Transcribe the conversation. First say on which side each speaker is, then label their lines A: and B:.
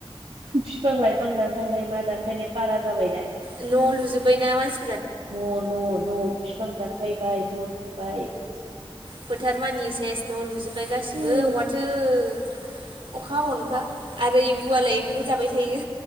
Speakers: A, on the right; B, on the right.
A: फिफां लाइफां दानफानाय मा दानफैनाय बारा जाबायना।
B: न' लुजोब्बाय ना मानसि
A: न' न' न' फिफां दानफायबाय न' लुबाय बिदि।
B: फोथार मानि सेस न' लुजोब्बाय गासिबो
A: उम
B: अहाथो अखा हाबावनोबा। आरो एम्बुआलाय एम्बुबो जाबाय थायो।